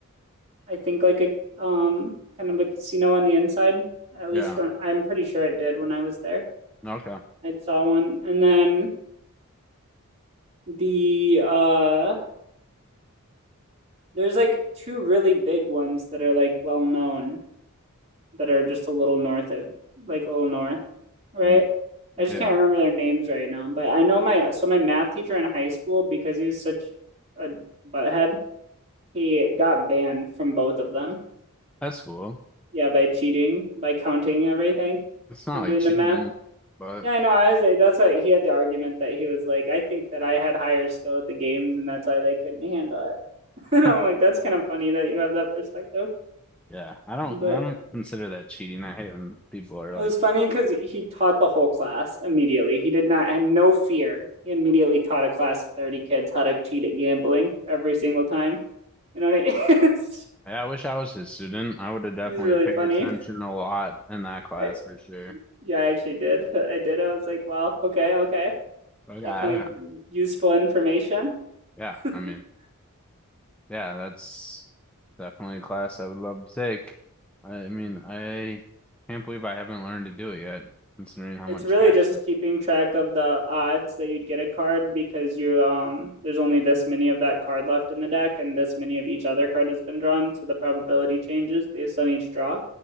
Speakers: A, on the right; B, in the centre.
A: I think, like a um kind of a casino on the inside. At least
B: Yeah.
A: from I'm pretty sure it did when I was there.
B: Okay.
A: I saw one, and then the uh there's like two really big ones that are like well known. that are just a little north of like a little north, right?
B: Mm,
A: I just
B: Yeah,
A: can't remember their names right now, but I know my so my math teacher in high school because he was such a butthead, he got banned from both of them.
B: that's cool.
A: Yeah, by cheating, by counting everything,
B: It's not
A: and
B: like
A: doing
B: cheating,
A: the math.
B: but
A: Yeah, I know. I was. That's why he had the argument that he was like, I think that I had higher skill at the games, and that's why they couldn't handle it. <laughs>
B: <laughs>
A: and I'm like, that's kind of funny that you have that perspective.
B: yeah, I don't
A: But
B: I don't consider that cheating. I hate when people are
A: It
B: like,
A: was funny because he taught the whole class immediately. He did not had no fear. He immediately taught a class of 30 kids how to cheat at gambling every single time. You know, what I it's,
B: "Hey, I wish I was his student. I would have definitely
A: it's <laughs> really
B: paid
A: funny.
B: attention a lot in that class
A: I
B: for sure.
A: yeah, I actually did. I did. I was like, wow, okay, okay.
B: Okay,
A: Definitely
B: okay.
A: useful information.
B: Yeah, I
A: <laughs>
B: mean, yeah, that's definitely a class I would love to take. I mean, I can't believe I haven't learned to do it yet, considering how
A: It's
B: much
A: really
B: passion
A: just keeping track of the odds that you'd get a card because you um there's only this many of that card left in the deck and this many of each other card has been drawn, so the probability changes based on each draw.